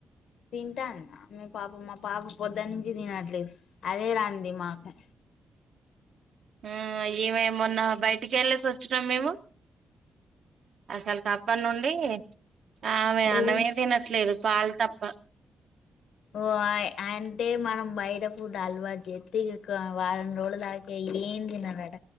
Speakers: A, on the left; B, on the right.
A: తింటాన్దా మీ పాప మా పాప పొద్దట్నుంచి తినట్లేదు అదే రంది మాకు
B: ఆ ఈమే మొన్నా బయటికెళ్ళసి వచ్చినాం మేము అసల్కప్పనుండి ఆమె
A: ఏది
B: అన్నమే తినట్లేదు పాలు తప్ప
A: వాయ్ అంటే మనం బయట ఫుడ్ అలవాటు చేయోద్ తె ఇగ కా వారం రోజుల దాకా ఏం తినదట